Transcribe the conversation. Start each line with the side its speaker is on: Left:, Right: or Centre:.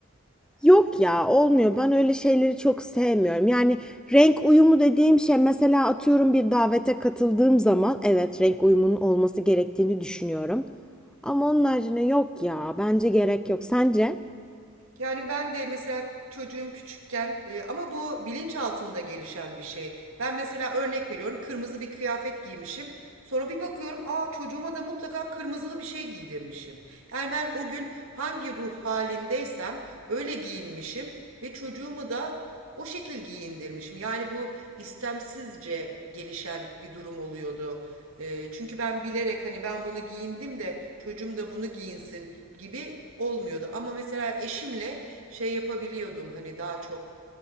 Centre: Yok ya olmuyor. Ben öyle şeyleri çok sevmiyorum. Yani renk uyumu dediğim şey mesela atıyorum bir davete katıldığım zaman evet renk uyumunun olması gerektiğini düşünüyorum. Ama onun haricinde yok ya. Bence gerek yok. Sence?
Right: Yani ben de mesela çocuğum küçükken e, ama bu bilinç altında gelişen bir şey. Ben mesela örnek veriyorum kırmızı bir kıyafet giymişim. Sonra bir bakıyorum aa çocuğuma da mutlaka kırmızılı bir şey giydirmişim. Yani ben o gün hangi ruh halindeysem öyle giyinmişim ve çocuğumu da o şekil giyindirmiş mi? Yani bu istemsizce gelişen bir durum oluyordu. Ee, çünkü ben bilerek hani ben bunu giyindim de çocuğum da bunu giyinsin gibi olmuyordu. Ama mesela eşimle şey yapabiliyordum hani daha çok